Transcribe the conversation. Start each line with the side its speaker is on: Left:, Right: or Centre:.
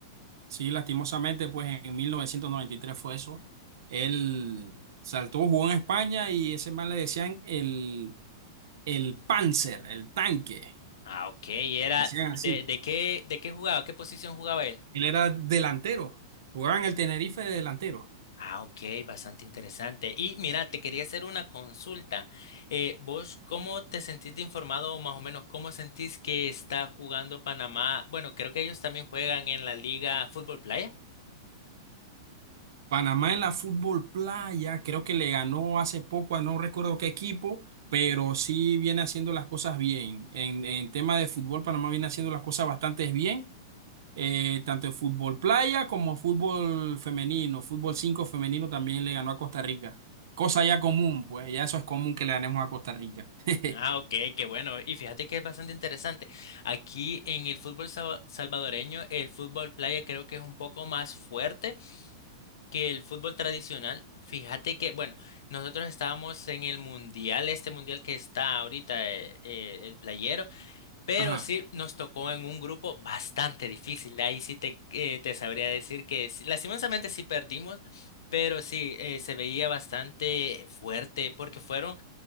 Right: Sí, lastimosamente, pues en 1993 fue eso. Él saltó, jugó en España y ese man le decían el, el Panzer, el tanque.
Left: Ah, ok, y era,
Right: Decían
Left: ¿de,
Right: así.
Left: de qué, de qué jugaba? ¿Qué posición jugaba él?
Right: Él era delantero. Jugaba en el Tenerife de delantero.
Left: Ah, ok, bastante interesante. Y mira, te quería hacer una consulta. Eh, ¿vos cómo te sentís de informado o más o menos cómo sentís que está jugando Panamá? Bueno, creo que ellos también juegan en la Liga Fútbol Playa.
Right: Panamá en la Fútbol Playa, creo que le ganó hace poco a no recuerdo qué equipo, pero sí viene haciendo las cosas bien. En, en tema de fútbol, Panamá viene haciendo las cosas bastante bien eh, tanto en fútbol playa como fútbol femenino. Fútbol 5 femenino también le ganó a Costa Rica. Cosa ya común, pues ya eso es común que le ganemos a Costa Rica. <laughs>
Left: Ah, ok, qué bueno. Y fíjate que es bastante interesante. Aquí en el fútbol sa- salvadoreño, el fútbol playa creo que es un poco más fuerte que el fútbol tradicional. Fíjate que, bueno, nosotros estábamos en el mundial, este mundial que está ahorita, eh, eh, el playero. Pero
Right: Ajá.
Left: sí, nos tocó en un grupo bastante difícil. Ahí sí te, eh, te sabría decir que sí, lastimosamente sí perdimos, pero sí, eh, se veía bastante fuerte porque fueron